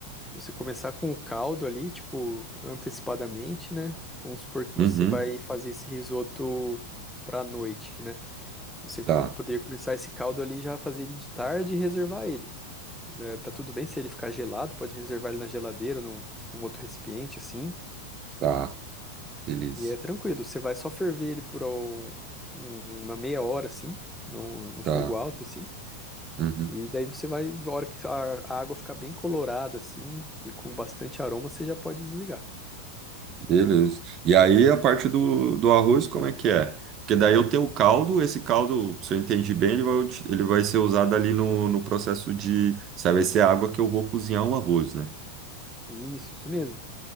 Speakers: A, in the centre; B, on the right.
A: você começar com o caldo ali, tipo, antecipadamente, né? Vamos supor que
B: Uhum,
A: você vai fazer esse risoto pra noite, né? Você
B: tá,
A: poderia começar esse caldo ali, já fazer ele de tarde e reservar ele. né? Tá tudo bem se ele ficar gelado, pode reservar ele na geladeira, num, num outro recipiente, assim.
B: tá, beleza,
A: E é tranquilo, você vai só ferver ele por ó, um- uma meia hora, assim, no, no
B: tá.
A: fogo alto, assim.
B: uhum.
A: E daí você vai, na hora que a a água ficar bem colorada assim e com bastante aroma, você já pode desligar.
B: Beleza. E aí a parte do, do arroz, como é que é? Porque daí eu tenho o caldo, esse caldo, se eu entendi bem, ele vai, ut- ele vai ser usado ali no, no processo de, sabe, vai ser a água que eu vou cozinhar o arroz, né?
A: Isso, isso mesmo.